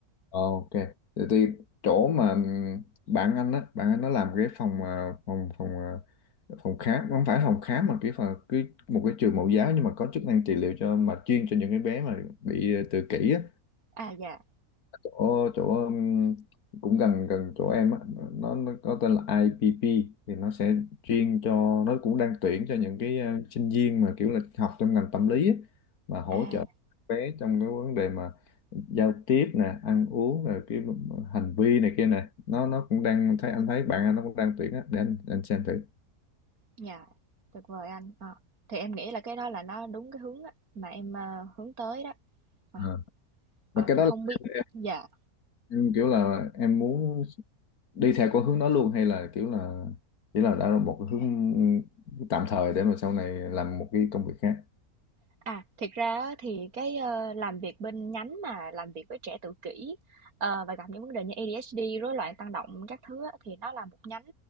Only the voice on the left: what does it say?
Ok. Thì, thì chỗ mà ừm, bạn anh á, bạn anh nó làm cái phòng à, phòng phòng à, phòng khám, không phải phòng khám mà cái phòng cái một cái trường mẫu giáo nhưng mà có chức năng trị liệu cho mà chuyên cho những cái bé mà bị ờ, tự kỷ á.
Chỗ chỗ ừm, cũng gần gần chỗ em á, nó, nó có tên là IPP thì nó sẽ chuyên cho nó cũng đang tuyển cho những cái ờ, sinh viên mà kiểu là học trong ngành tâm lý á, mà hỗ
trợ bé trong cái vấn đề mà giao tiếp nè ăn uống rồi cái hành vi này kia nè nó nó cũng đang thấy anh thấy bạn anh nó cũng đang tuyển á để anh anh xem thử
Ờ.
và cái
đó
là
em,
em kiểu là em muốn đi theo con hướng đó luôn hay là kiểu là chỉ là đã là một cái hướng tạm thời để mà sau này làm một cái công việc khác